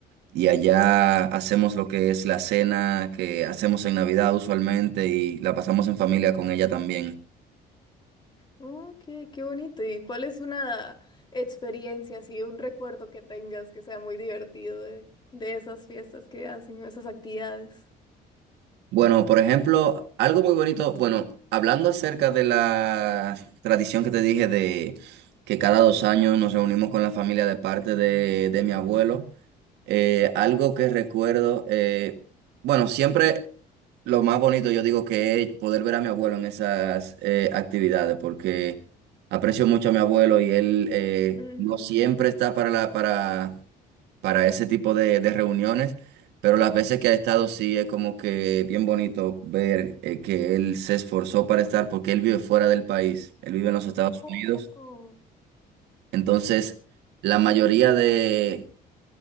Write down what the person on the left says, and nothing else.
Oh, qué, qué bonito. ¿Y cuál es una experiencia, así, un recuerdo que tengas que sea muy divertido de, de esas fiestas que hacen, esas actividades?
Ujú.
Oh.